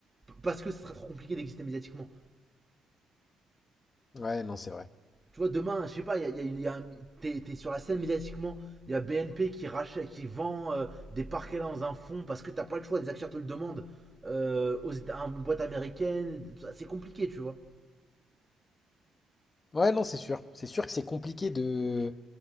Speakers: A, on the right; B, on the left.
A: Parce que ce serait trop compliqué d'exister médiatiquement.
B: Ouais, non, c'est vrai.
A: Tu vois, demain, je sais pas, il y a, il y a t'es t'es sur la scène médiatiquement, il y a BNP qui rachète, qui vend euh, des parquets dans un fonds parce que t'as pas le choix, des acteurs te le demandent euh, aux Éta- à une boîte américaine, c'est compliqué, tu vois.
B: Ouais, non, c'est sûr. C'est sûr que c'est compliqué de.